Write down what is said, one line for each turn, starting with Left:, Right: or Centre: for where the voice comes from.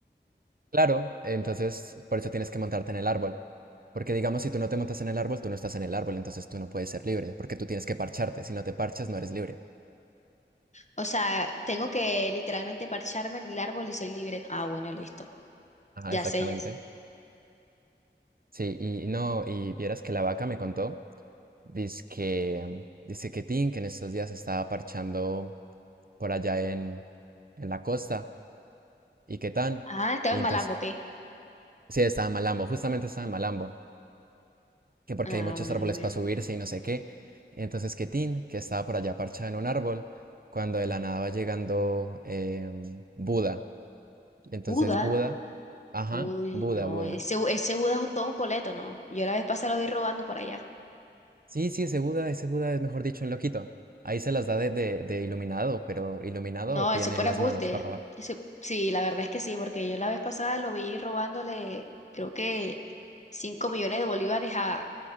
Right: Claro, entonces por eso tienes que montarte en el árbol. Porque digamos, si tú no te montas en el árbol, tú no estás en el árbol, entonces tú no puedes ser libre, porque tú tienes que parcharte. Si no te parchas, no eres libre.
Left: O sea, tengo que literalmente parcharme en el árbol y soy libre. Ah, bueno, listo.
Right: Ajá,
Left: Ya
Right: exactamente.
Left: sé, ya sé.
Right: Sí, y no, y vieras que la vaca me contó, dice que, dice que Tin, que en estos días estaba parchando por allá en, en la costa, y que tan,
Left: Ah, estaba
Right: y
Left: en
Right: entonces,
Left: Malambo, ¿qué?
Right: sí, estaba en Malambo, justamente estaba en Malambo. que porque
Left: Ah,
Right: hay muchos
Left: bueno,
Right: árboles
Left: bueno.
Right: para subirse y no sé qué. Entonces que Tin, que estaba por allá parchada en un árbol, cuando de la nada va llegando em, Buda. Entonces
Left: ¿Buda?
Right: Buda, ajá,
Left: Uy,
Right: Buda,
Left: no,
Right: Buda.
Left: ese, ese Buda es un- todo un coleto, ¿no? Yo la vez pasada lo vi robando por allá.
Right: Sí, sí, ese Buda, ese Buda es mejor dicho un loquito. Ahí se las da de, de, de iluminado, pero iluminado
Left: No,
Right: tiene
Left: ese fue
Right: las
Left: embuste.
Right: manos para robar.
Left: Ese, sí, la verdad es que sí, porque yo la vez pasada lo vi robándole, creo que 5 millones de bolívares a,